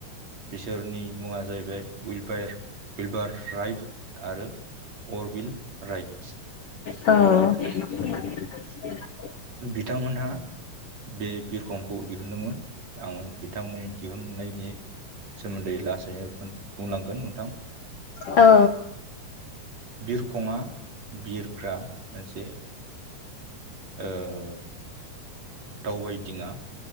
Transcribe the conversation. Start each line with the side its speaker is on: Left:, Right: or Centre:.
Right: बिसोरनि मुङा जाहैबाय उइपायार उइलबार राइट आरो अरबिल राइट्स।
Left: औ। <inaudible>
Right: बिथांमोनहा बे बिरखंखौ दिहुनदोंमोन आं बिथांमोननि दिहुननायनि सोमोन्दै लासैनो खोन बुंलांगोन नोंथां।
Left: औ।
Right: बिरखंङा बिरग्रा मोनसे ओ दावबायदिङा